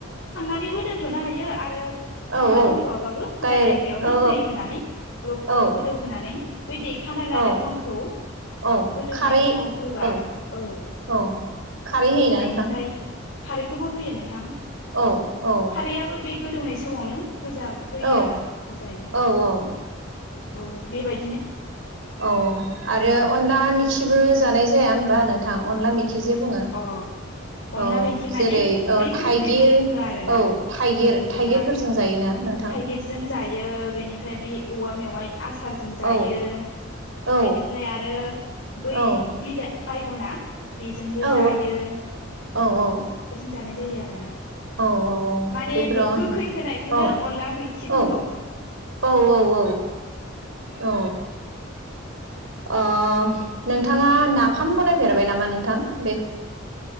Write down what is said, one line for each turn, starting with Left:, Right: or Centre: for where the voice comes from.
Left: खांनानैबो दोन्थ'नो हायो आरो
Right: औ
Left: खांना
Right: औ
Left: दोनथ'वाबाबो
Right: दाइरेक
Left: डायरेक्ट बेयावनो
Right: औ
Left: दै होनानै ग्लब ग्लब
Right: औ
Left: गोदौहोनै बै देखानाय लानाय
Right: औ
Left: अनखौ
Right: औ
Left: होदौनाय
Right: खारै
Left: समाव होबा
Right: औ
Left: औ
Right: औ खारै होयोना
Left: बेनिफ्राय
Right: नोंथां
Left: खारैखौबो होयो नोंथां।
Right: औ औ
Left: खारैआबो बे गोदौनाय समावनो होजा होयो
Right: औ
Left: आरो होजायो
Right: औ औ
Left: औ बेबाय
Right: औ आरो अनला मिखिबो जानाय जाया होमबा नोंथां अनला मि खि जे बुङो
Left: अ अनला
Right: औ
Left: मैखि
Right: जेरै
Left: माने
Right: औ
Left: बे
Right: थाइगिर
Left: गोखैखौ बुङो आरोना
Right: औ थाइगिर
Left: जेनेबा
Right: थाइगिरफोरजों जायोना नोंथां
Left: थाइगिरजों जायो बेनिफ्राय बे औवा मेवाइ आसारजों जायो
Right: औ औ
Left: बेनिफ्राय आरो बै
Right: औ
Left: बिला बायगना बेजोंबो
Right: औ
Left: जायो।
Right: औ औ
Left: जानाय जायो आरो ना।
Right: औ औ
Left: माने
Right: बेफोराव
Left: गोखै होनायखौनो
Right: औ
Left: अनला मैखि
Right: औ
Left: बुङो।
Right: औ औ औ औ औ आ नों थाङा नाफाम
Left: औ
Right: बनायफेरबाय नामा नोंथां बे